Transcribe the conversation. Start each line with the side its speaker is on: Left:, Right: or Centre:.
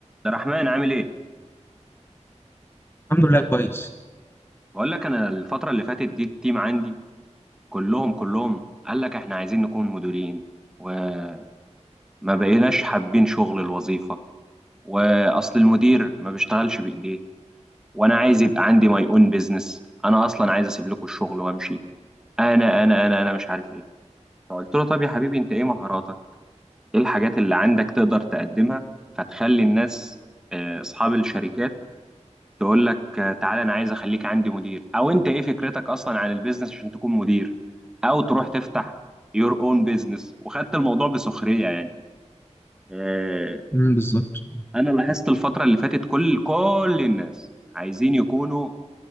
Centre: عبد الرحمن عامل ايه؟
Left: الحمد لله كويس
Centre: بقول لك انا الفترة اللي فاتت دي التيم عندي كلهم كلهم قال لك احنا عايزين نكون مديرين وما بقيناش حابين شغل الوظيفة واصل المدير ما بيشتغلش بايديه وانا عايز يبقى عندي ماي اون بيزنس انا اصلا عايز اسيب لكم الشغل وامشي انا انا انا انا مش عارف ايه فقلت له طب يا حبيبي انت ايه مهاراتك؟ ايه الحاجات اللي عندك تقدر تقدمها فتخلي الناس آه، اصحاب الشركات تقول لك آه، تعالى انا عايز اخليك عندي مدير او انت ايه فكرتك اصلا عن البيزنس عشان تكون مدير او تروح تفتح يور اون بيزنس وخدت الموضوع بسخرية يعني آه،
Left: امم بالظبط
Centre: انا لاحظت الفترة اللي فاتت كل كل الناس عايزين يكونوا